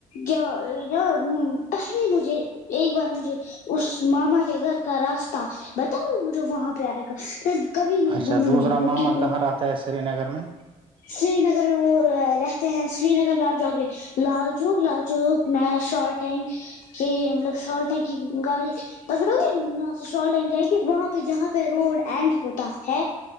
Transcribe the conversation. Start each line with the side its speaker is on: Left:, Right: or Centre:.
Left: جو جو پہلے مجھے ایک بار مجھے اس ماما کے گھر کا راستہ بتا دو مجھے وہاں پے آئے گا کبھی نہیں
Right: اچھا
Left: بولوں
Right: دوسرا
Left: گی فیر
Right: ماما کہاں رہتا ہے سری نگر میں
Left: سری نگر میں وہ رہتے ہیں سری نگر میں آپ جاؤ گے لال جک لال جک میں شال ٹینک کے مطلب شال ٹینک کی گاڑی پکڑو گے وہاں پے شال ٹینک جائیں گے وہاں پے جہاں پے روڈ اینڈ ہوتا ہے